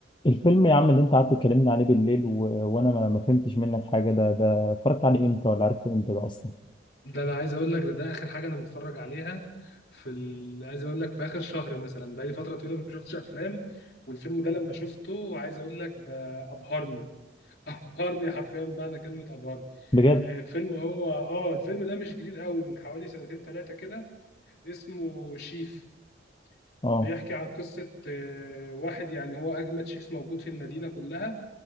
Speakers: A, on the left; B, on the left.
A: الفيلم يا عم اللي انت قعدت تكلمنا عليه بالليل و... وانا ما... ما فهمتش منك حاجه ده ده اتفرجت عليه امتى ولا عرفته امتى ده اصلا
B: ده انا عايز اقول لك ده ده اخر حاجه انا متفرج عليها في ال... عايز اقول لك في اخر شهر مثلا بقالي فتره طويله ما شفتش افلام والفيلم ده لما شفته عايز اقول لك ده ابهرني <laughs> ابهرني حرفيا بمعنى كلمه ابهرني
A: بجد
B: آه، فيلم هو اه الفيلم ده مش جديد قوي من حوالي سنتين ثلاثه كده اسمه شيف
A: اه
B: بيحكي عن قصه آه، واحد يعني هو اجمد شيف موجود في المدينه كلها